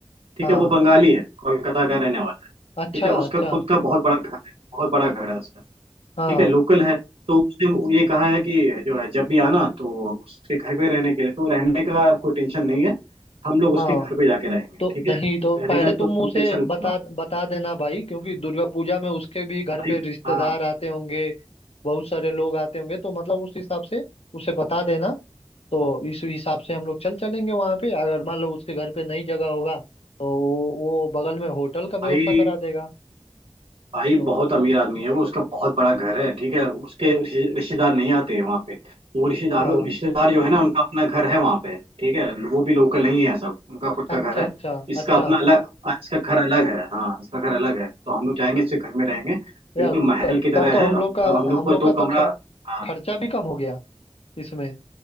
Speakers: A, on the right; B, on the left.
A: ठीक
B: हाँ
A: है वो बंगाली है कोलकाता का रहने वाला है,
B: अच्छा
A: ठीक है उसका
B: अच्छा
A: खुद का बहुत बड़ा घर है बहुत बड़ा घर है
B: हाँ
A: ठीक है लोकल है तो उसने ये कहा है कि जो है जब भी आना तो उसके घर पे रहने के लिए तो रहने का कोई टेंशन नहीं है हम लोग उसके
B: हाँ
A: घर पे जाके रहेंगे
B: तो
A: ठीक
B: नहीं
A: है
B: तो
A: रहने
B: पहले
A: का
B: तुम
A: तो तुम
B: उसे
A: टेंशन
B: बता
A: मत
B: बता देना भाई क्योंकि दुर्गा पूजा में उसके भी घर
A: भाई
B: पे रिश्तेदार
A: हाँ
B: आते होंगे बहुत सारे लोग आते होंगे तो मतलब उस हिसाब से उसे बता देना तो इस हिसाब से हम लोग चल चलेंगे वहां पे अगर मान लो उसके घर पे नई जगह होगा तो वो, वो बगल में होटल का व्यवस्था
A: भाई
B: करा देगा
A: भाई
B: तो
A: बहुत अमीर आदमी है वो उसका बहुत बड़ा घर है ठीक है उसके रिश्ते- रिश्तेदार नहीं आते हैं वहाँ पे वो रिश्तेदारों
B: हाँ
A: रिश्तेदार जो है ना उनका अपना घर है वहाँ पे ठीक है वो भी लोकल नहीं है सब उनका खुद का
B: अच्छा
A: घर है
B: अच्छा
A: इसका
B: अच्छा
A: अपना अलग हाँ, इसका घर अलग है हाँ इसका घर अलग है तो हम लोग जाएंगे इसके घर में रहेंगे
B: यार
A: बिल्कुल
B: त-
A: महल की तरह
B: तब तो
A: है
B: हम
A: हम
B: लोग का
A: लोग हम लोग
B: हम
A: को
B: लोग
A: दो
B: का तो
A: कमरा
B: खर,
A: हाँ
B: खर्चा भी कम हो गया इसमें